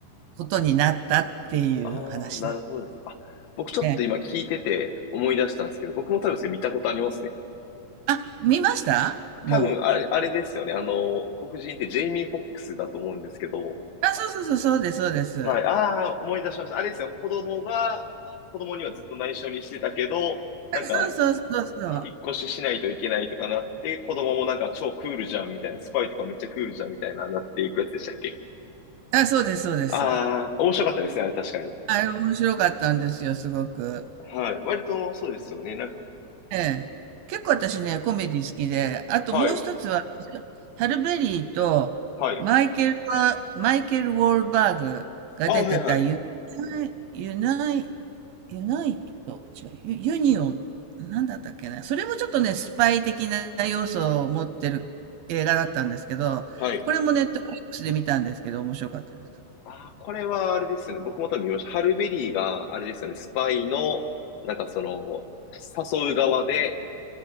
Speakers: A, on the right (about 80°); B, on the left (about 70°).
A: ことになったっていう話なんで
B: ああ、なるほどです。あ、僕ちょっと今聞いてて思い出したんですけど、
A: すね。
B: 僕も多分それ見たことありますね。
A: あ、見ましたも
B: 多分あれ、あれですよね。あの、黒人ってジェイミー・フォックスだと思うんですけど、
A: う。あ、そうそうそう、そうです、そうです。
B: はい。ああ、思い出しました。あれですよ。子供が、子供にはずっと内緒にしてたけど、なんか、
A: そうそうそうそう。
B: 引っ越ししないといけないとかなって、子供もなんか超クールじゃんみたいな、スパイとかめっちゃクールじゃんみたいな、なっていくやつでしたっけ
A: あ、そうです、そうです。
B: ああー、面白かったですね、あれ確かに。
A: あれ面白かったんですよ、すごく。
B: はい。割とそうですよね。なんか、
A: ええ。結構私ね、コメディ好きで、あともう一つは
B: はい。
A: ハルベリーとマイケルバ、
B: はい。
A: マイケル・ウォールバーグが出てたユ
B: あ、はいはい。
A: ナイ、ユナイ、ユナイト、違う、ユ、ユニオン、なんだったっけな。それもちょっとね、スパイ的な要素を持ってる映画だったんですけど、
B: はい。
A: これもネットフリックスで見たんですけど、面白かったです。
B: あー、これはあれですよね。僕も多分見ました。ハルベリーが、あれですよね。スパイの、なんかその、誘う側で、